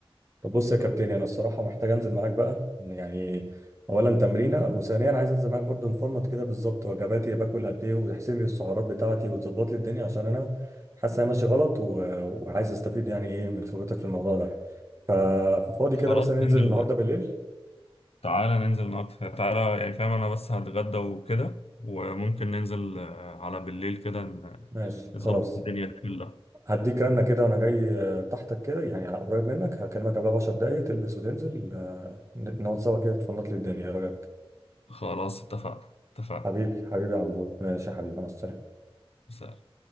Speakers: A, on the right; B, on the left.
A: طب بص يا كابتن انا الصراحه محتاج انزل معاك بقى يعني اولا تمرينه وثانيا عايز انزل معاك برضو انفورمات كده بالظبط وجباتي باكل قد ايه وتحسب لي السعرات بتاعتي وتظبط لي الدنيا عشان انا حاسس انا ماشي غلط و... وعايز استفيد يعني ايه من خبرتك في الموضوع ده ف... ففاضي كده
B: خلاص
A: مثلا
B: ننزل
A: ننزل النهارده بالليل
B: تعالى ننزل النهاردة تعالى يعني فاهم أنا بس هتغدى وكده وممكن ننزل آه، على بالليل كده ن-
A: ماشي
B: نظبط
A: خلاص
B: الدنيا دي كلها
A: هديك رنه كده وانا جاي آه، تحتك كده يعني على قريب منك هكلمك قبلها ب 10 دقايق تلبس وتنزل آه، نقعد سوا كده تفنط لي الدنيا ايه رايك
B: خلاص اتفقنا اتفقنا
A: حبيبي حبيبي يا عبود ماشي يا حبيبي مع السلامه
B: سلام.